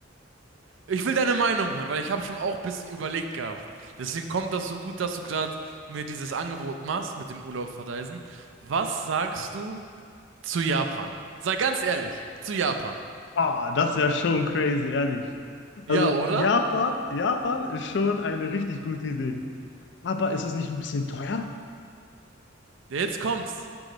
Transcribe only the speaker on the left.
Ah, das wäre schon crazy, ehrlich.
Also
Japan, Japan ist schon eine richtig gute Idee. Aber ist es nicht ein bisschen teuer?